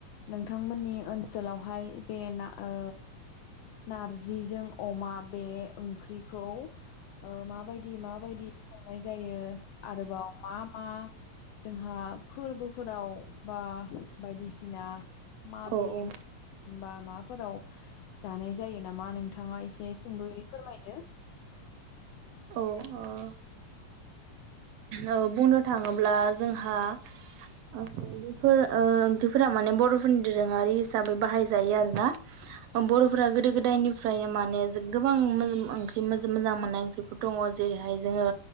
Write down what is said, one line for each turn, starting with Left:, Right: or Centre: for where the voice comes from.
Left: नोंथांमोननि ओनसोलावहाय बे ना ओ नारजिजों अमा बे ओंख्रिखौ माबाय दि माबायदि संनाय जायो आरोबाव मा मा जोंहा फोरबोफोराव बा बायदिसिना मा
Right: औ
Left: बे
Right: औ
Left: बा माबाफोराव जानाय जायो नामा नोंथाङा एसे सुंद'यै फोरमायदो <inaudible>
Right: औ ओ औ बुंनो थाङोब्ला जोंहा बेफोर ओ ओंख्रिफोरा माने बर'फोरनि दोरोङारि हिसाबै बाहाय जायो आरोना बर' फ्रा गोदो गोदायनिफ्रायनो माने गोबां म ओंख्रि मोजां मोननाय ओंख्रि दङ जेरैहाय जोङो